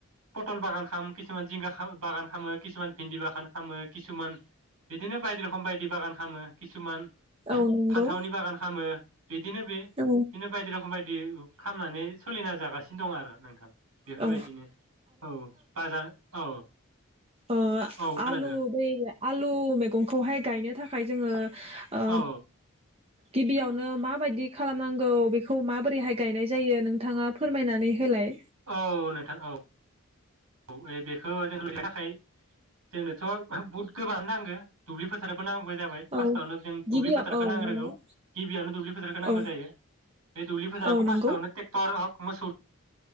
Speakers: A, on the right; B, on the right.
A: पटल बागान खाम किसुमान जिंगा बागान खालामामो किसुमान भिन्दि बागान खालामामो किसुमान बिदिनो बायदि रखोम बायदि बागान खामो किसुमान
B: औ नंगौ
A: फान्थावनि बागान खामो बिदिनो बे बिदिनो
B: औ
A: बायदि रखोम बायदि बे खामनानै सोलिना जागासिनो दं आरो नोंथां बेफोरबायदिनो
B: औ
A: औ बाजार औ
B: अ
A: औ खोनादों
B: आलु बैगा आलु मैगंखौहाय गायनो थाखाय जोङो ओ
A: औ
B: गिबियावनो माबायदि खालामनांगौ बेखौ माबोरैहाय गायनाय जायो नोंथाङा फोरमायनानै होलाय
A: औ नोंथां औ ओइ बेखौ जोंनो थाखाय जोंनो थ' बुथ गोबानो नांगो दुब्लि फोथारबो नांग जाबाय
B: औ
A: फार्स्टआवनो जों
B: गिबियाव
A: दुब्लि फोथारखौ
B: औ
A: नांग्रोगौ
B: नंगौ
A: गिबियावनो दुब्लि फोथारखौ नांगौ
B: औ
A: जायो बे दुब्लि फोथारावखौ
B: औ नंगौ
A: फार्स्टआवनो ट्रेक्टर हक मोसौ